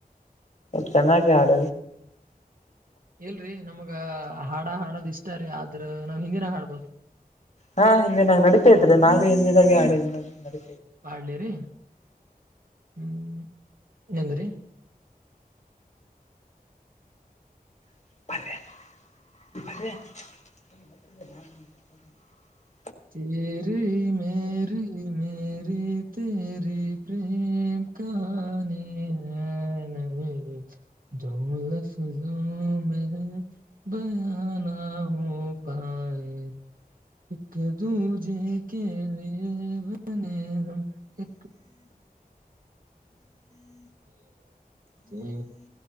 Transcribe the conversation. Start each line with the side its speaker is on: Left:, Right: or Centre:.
Left: ಚೆನ್ನಾಗಿ ಆಡ
Right: ಎಲ್ರಿ ನಮಗ ಹಾಡ ಹಾಡದ್ ಇಷ್ಟಾರಿೀ ಆದ್ರ ನಾವ್ ಹಿಂದಿನಾಗ ಹಾಡ್ಬೋದ್ರಿ
Left: ಹಾ ಹಿಂದೆ ನಾಗ್ ನಡಿಟೈತ ಇದ್ರೆ ನಾಬೀ ಹಿಂದಿದಾಗೆ ಆಡ ನಡೇ
Right: ಆಡ್ಲಿ ರೀ ಹ್ಮ್ ನಿಂದ್ರಿ
Left: <unintelligible>
Right: ತರಿ ಮೇರಿ <unintelligible> ಮೇರಿ ತೇರಿ ಪ್ರೇಮ ಕಾನಿ <unintelligible> ಹ ನಹಿ ದೊಲಾಫ ಜೋ <unintelligible> ಬಯಾನ ಹ ಪಾಯ <unintelligible> ಕ ದೂಜ ಜೇಕೆ ಲಿಯೇಬಿನ ನಹಿ <unintelligible> ತೆ